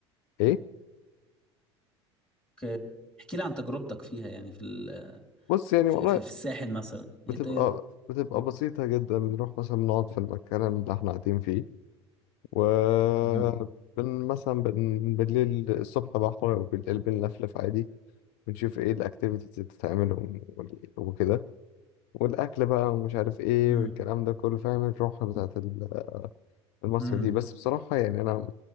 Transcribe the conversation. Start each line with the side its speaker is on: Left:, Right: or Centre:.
Left: ايه
Centre: اوكي. احكي لي عن تجربتك فيها يعني في ال-
Left: بص يعني
Centre: في,
Left: والله
Centre: في, في الساحل مثلا ايه
Left: بتبقى
Centre: الطير
Left: بتبقى
Centre: مم.
Left: بسيطة جدا بنروح مثلا نقعد في المكان اللي احنا قاعدين فيه وبن
Centre: مم.
Left: مثلا بن بالليل الصبح بحر وبالليل بنلفلف عادي بنشوف ايه الاكتيفيتيز اللي بتتعمل وال- وكده والاكل بقى ومش عارف ايه
Centre: مم.
Left: والكلام ده كله فاهم الروح بتاعت ال- المصيف
Centre: مم.
Left: دي بس بصراحة يعني انا